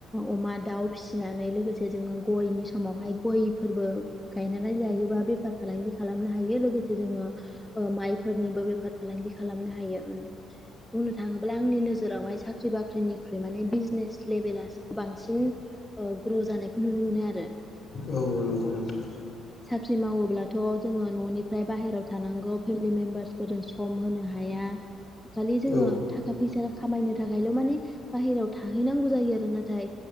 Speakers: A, in the centre; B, on the left (about 45°).
A: अमा, दाउ फिसिनानै लोगोसे जोङो गयनि समावहाय गय फोरबो गायनानै लायोबा बेफार फालांगि खालामनो हायो लोगोसे जोङो ओ माइफोरनिबो बेफार फालांगि खालामनो हायो। बुंनो थाङोब्ला आंनि नोजोरावहाय साख्रि बाख्रिनिख्रुइ माने बिजनेस लेभेलासो बांसिन ओ ग्र' जानायखौ नुनो मोनो आरो।
B: औ नंगौ नंगौ नोंथां।
A: फ्रि मावोब्लाथ' जोङो न'नि फ्राय बाहेरायाव थानांगौ फेमिलि मेम्बारसफोरजों सम' होनो हाया खालि जोङो
B: औ
A: थाखा फैसा खामायनो थाखायल' माने बाहेरायाव थाहैनांगौ जायो आरो नाथाय